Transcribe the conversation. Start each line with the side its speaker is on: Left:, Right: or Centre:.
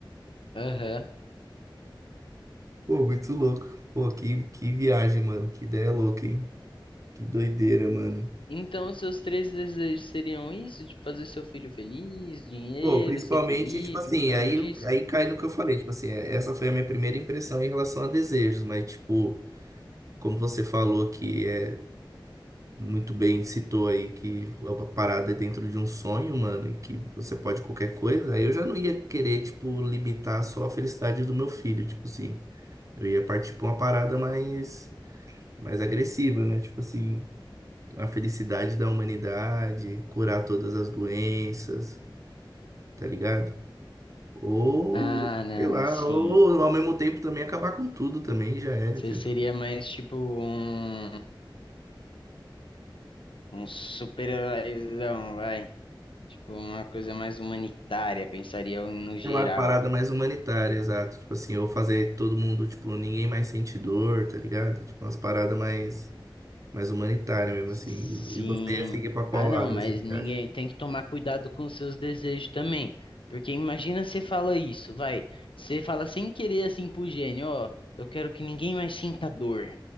Left: Aham.
Right: Pô, muito louco. Pô, que, que viagem, mano, que ideia louca, hein? Que doideira, mano.
Left: Então, os seus três desejos seriam isso? Tipo, fazer seu filho feliz, dinheiro,
Right: Pô, principalmente,
Left: ser feliz,
Right: tipo assim,
Left: em torno
Right: aí,
Left: disso?
Right: aí cai no que eu falei, tipo assim, é- essa foi a minha primeira impressão em relação a desejos, mas, tipo, como você falou que é muito bem citou aí que a parada é dentro de um sonho, mano, e que você pode qualquer coisa, aí eu já não ia querer, tipo, limitar só a felicidade do meu filho, tipo assim, eu ia partir pra uma parada mais, mais agressiva, né? Tipo assim, a felicidade da humanidade, curar todas as doenças, tá ligado? Ou,
Left: Ah, não,
Right: sei lá,
Left: sim.
Right: ou ao mesmo tempo também acabar com tudo também, já era,
Left: Você
Right: entendeu?
Left: seria mais tipo um, um super-heróizão, vai. Tipo, uma coisa mais humanitária, pensaria eu no geral.
Right: É uma parada mais humanitária, exato. Tipo assim, ou fazer todo mundo, tipo, ninguém mais sente dor, tá ligado? Tipo, umas paradas mais, mais humanitárias mesmo, assim.
Left: Sim.
Right: E você ia seguir pra qual
Left: Ah,
Right: lado,
Left: não, mas
Right: assim, você
Left: ninguém
Right: acha?
Left: tem que tomar cuidado com os seus desejos também. Porque imagina você fala isso, vai. Você fala sem querer assim pro gênio, ó, eu quero que ninguém mais sinta dor.